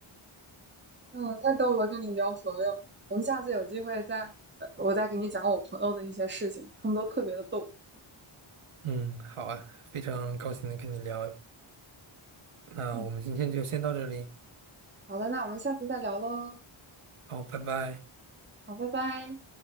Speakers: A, on the right; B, on the right.
A: 嗯，太逗了，跟你聊朋友，我们下次有机会再，呃我再给你讲我朋友的一些事情，他们都特别的逗。
B: 嗯，好啊，非常高兴能跟你聊，那我们今天就先到这里，
A: 嗯，好的，那我们下次再聊喽，
B: 好，拜拜。
A: 好，拜拜。